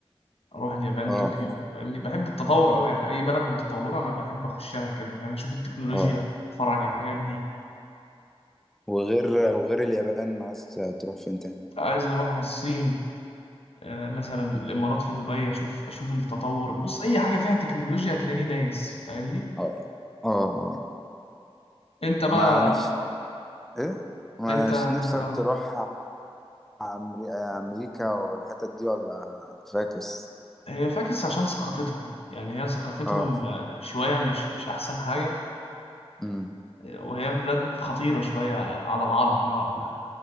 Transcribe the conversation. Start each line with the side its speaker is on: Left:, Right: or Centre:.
Left: اروح اليابان
Centre: اه
Left: طوكيو فاهمني بحب التطور قوي يعني اي بلد متطوره انا بحب اخشها كده فاهم اشوف التكنولوجيا
Centre: اه
Left: اتفرج على الحاجات دي
Centre: وغير وغير اليابان عايز تروح فين تاني
Left: عايز اروح الصين آه، مثلا الامارات في دبي اشوف اشوف التطور بص اي حاجه فيها تكنولوجيا هتلاقيني دايس فاهمني
Centre: اه اه اه
Left: انت بقى
Centre: ما نفس ايه
Left: انت
Centre: مش
Left: آه.
Centre: نفسك تروح عمري... امريكا والحتت دي ولا فاكس
Left: هي فاكس عشان ثقافتهم يعني هي ثقافتهم
Centre: اه
Left: آه، شوية مش مش أحسن حاجة
Centre: امم
Left: آه، وهي بلاد خطيرة شوية على على العرب نوعا ما